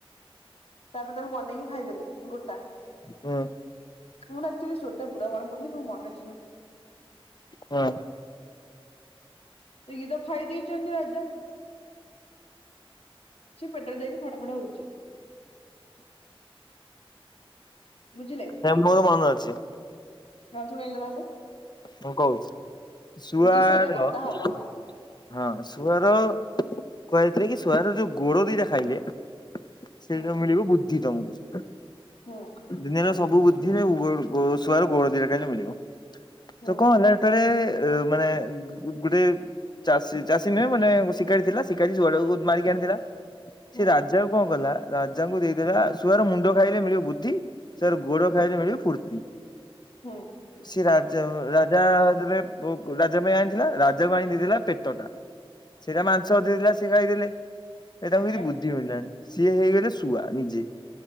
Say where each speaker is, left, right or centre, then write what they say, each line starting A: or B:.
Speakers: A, on the left; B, on the left.
A: ତାପରେ ତାକୁ ବନେଇକି ଖାଇଦେଲେ ଗୋଟା।
B: ହଁ
A: <unintelligible>
B: ହୁଁ।
A: ତ ଇଏ ତ ଖାଇ ଦେଇଚନ୍ତି ରାଜା। ସେ ପେଟରେ ଯାଇକି ଫଡ ଫଡ ହଉଛି। ବୁଝିଲେ।
B: ହଁ ମୋର ମନେ ଅଛି।
A: ହଁ ଶୁଣେଇଲେ ତାହାଲେ।
B: ହଁ କହୁଛି ଶୁଆର
A: ଯୋଉ ସେଇଟା କଟା
B: ହଁ
A: ହବ
B: ଶୁଆର କୁହାଯାଇଥିଲା କି ଶୁଆର ଯୋଉ ଗୋଡ ଦିଟା ଖାଇଲେ ସେଇଟାରୁ
A: ହୁଁ
B: ମିଳିବ ବୁଦ୍ଧି ତମକୁ।
A: ହୁଁ।
B: ଦୁନିଆର ସବୁ ବୁଦ୍ଧିରେ ଉଭୟର ଗୋ ଶୁଆ ର ଗୋଡ଼ ଦିଟା ଖାଇଲେ ମିଳିବ,
A: ହୁଁ
B: ତ କଣ ହେଲା ଏଥରେ ଏ ମାନେ ଗୁ ଗୋଟେ ଚାଷୀ ଚାଷୀ ନୁହେଁ ମାନେ ଶିକାରୀ ଥିଲା, ଶିକାରୀ ଶୁଆ ଟାକୁ ମାରିକି ଆଣିଲା। ସେ
A: ହୁଁ।
B: ରାଜା କଣ କଲା। ରାଜାଙ୍କୁ ଦେଇଦେଲା ଶୁଆର ମୁଣ୍ଡ ଖାଇଲେ ମିଳିବ ବୁଦ୍ଧି ଶୁଆର ଗୋଡ ଖାଇଲେ ମିଳିବି ଫୁର୍ତ୍ତି।
A: ହୁଁ।
B: ସେ ରାଜା ରାଜାରେ ରାଜା ପାଇଁ ଆଣିଥିଲା। ଜ କ ଦେଇଥିଲା ପେଟଟା ସେଇଟା ମାଂସ ଦେଇଥିଲା ସେ ଖାଇଥିଲେ। ଏଟା
A: ଆଜ୍ଞା
B: କେଛିି ବୁଦ୍ଧି ମିଳିଲଣିି ସିଏ ହେଇଗଲେ ଶୁଆ ନିଜେ।